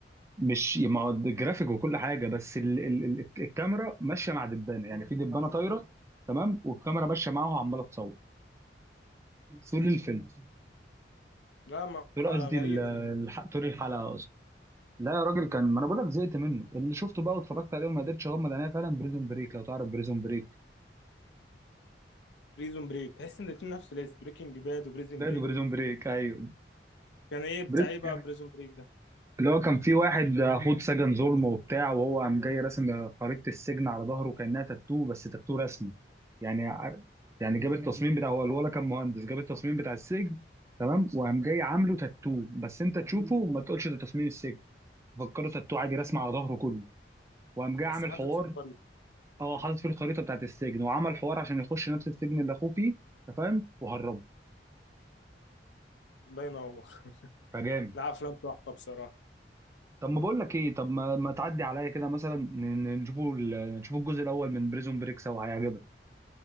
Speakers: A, on the right; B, on the left.
A: مش ما هو جرافيك وكل حاجه بس ال... ال... ال... الكاميرا ماشيه مع دبانه يعني في دبانه طايره تصوير. تمام والكاميرا ماشيه معاها وعماله تصور طول
B: مم.
A: الفيلم
B: لا ما
A: طول
B: ما
A: قصدي
B: غريبة
A: ال-
B: دي
A: الح... طول الحلقه قصدي لا يا راجل كان ما انا بقول لك زهقت منه اللي شفته بقى واتفرجت عليه وما قدرتش اغمض عينيا فعلا بريزون بريك لو تعرف بريزون بريك
B: بريزون بريك تحس ان الاتنين نفس الاسم بريكنج باد وبريزون
A: ده
B: بريك
A: ده بريزون بريك ايوه
B: كان ايه بتاع
A: بريزون
B: ايه بقى بريزون بريك ده
A: اللي هو كان في واحد خد سجن ظلم وبتاع وهو قام جاي راسم خريطة السجن على ظهره كأنها تاتو بس تاتو رسمه يعني ع- يعني جاب التصميم بتاع هو الولا كان مهندس جاب التصميم بتاع السجن تمام وقام جاي عامله تاتو بس انت تشوفه وما تقولش ده تصميم السجن فكره تاتو عادي رسمه على ظهره كله وقام جاي
B: بس
A: عامل
B: حاطط
A: حوار
B: فيه الطريق
A: اه حاطط فيه الخريطة بتاعت السجن وعمل حوار عشان يخش نفس السجن اللي اخوه فيه انت فاهم وهربه
B: الله ينور <laughs>
A: فجامد
B: لا افلام تحفة بصراحة
A: طب ما بقول لك ايه طب ما, ما تعدي عليا كده مثلا ن- ن- نشوفوا ال- نشوفوا الجزء الاول من بريزون بريك سوا هيعجبك